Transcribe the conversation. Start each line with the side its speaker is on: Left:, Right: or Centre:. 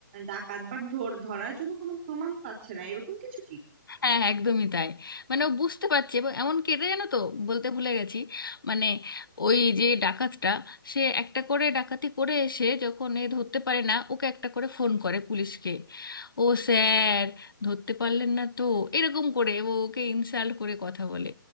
Right: ডাকাত বাট ধরার জন্য কোনো প্রমাণ পাচ্ছে না এরকম কিছু কি
Left: হ্যাঁ হ্যাঁ, একদমই তাই মানে ও বুঝতে পারছে এবং এমন কেটে জানো তো বলতে ভুলে গেছি মানে ওই যে ডাকাতটা সে একটা করে ডাকাতি করে এসে যখন এ ধরতে পারে না ওকে একটা করে ফোন করে পুলিশকে ও স্যার ধরতে পারলেন না তো এরকম করে ও ওকে ইনসাল্ট করে কথা বলে